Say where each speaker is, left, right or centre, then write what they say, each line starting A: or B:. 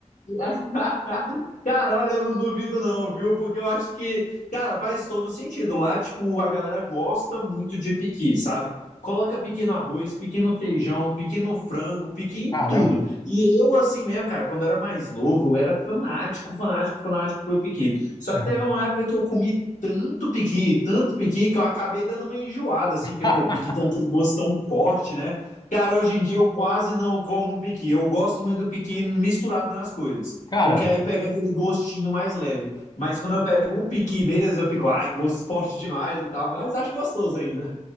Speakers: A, on the left; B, on the left.
A: <laughs> Cara, olha, eu não duvido não, viu? Porque eu acho que, cara, faz todo sentido. Lá, tipo, a galera gosta muito de piqui, sabe? Coloca piqui no arroz, piqui no feijão, piqui no frango, piqui em
B: Caramba.
A: tudo. E eu, assim mesmo, cara, quando eu era mais novo, eu era fanático, fanático, fanático pelo piqui. Só
B: Uhum.
A: que teve uma época que eu comi tanto piqui, tanto piqui, que eu acabei dando uma enjoada, assim,
B: <laughs>
A: porque, pô, piqui tem aquele gosto tão forte, né? Cara, hoje em dia eu quase não como piqui. Eu gosto muito do piqui misturado nas coisas.
B: Cara,
A: Porque aí pega aquele gostinho mais leve. Mas quando eu pego o piqui mesmo, eu fico, ai, gosto forte demais e tal. Mas acho gostoso ainda.